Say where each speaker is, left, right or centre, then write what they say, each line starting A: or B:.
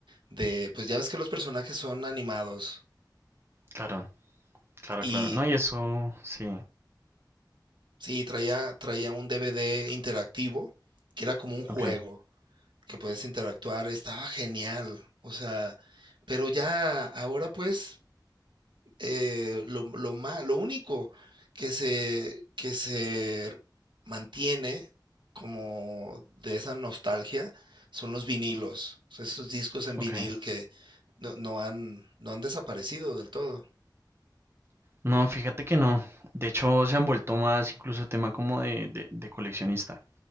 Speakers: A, on the right; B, on the right.
A: de, pues ya ves que los personajes son animados
B: claro, claro,
A: y
B: claro. No, y eso, sí,
A: sí, traía, traía un DVD interactivo que era como un juego
B: ok,
A: que puedes interactuar, estaba genial, o sea, pero ya ahora pues eh, lo, lo ma- lo único que se, que se mantiene como de esa nostalgia son los vinilos, o sea, esos discos en
B: ok.
A: vinil que no, no han, no han desaparecido del todo.
B: No, fíjate que no. De hecho, se han vuelto más incluso tema como de, de- de coleccionista,